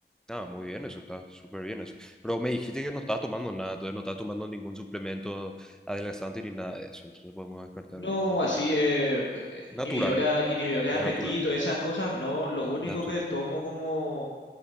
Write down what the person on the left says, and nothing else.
No,
así, eh, eh, inhibidora-
inhibidores de
apetito, esas cosas, no. Lo único
que tomo como